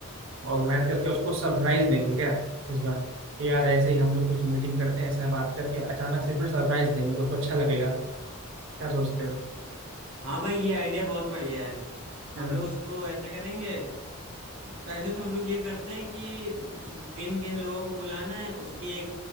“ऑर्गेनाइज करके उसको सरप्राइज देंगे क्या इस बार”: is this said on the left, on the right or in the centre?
Right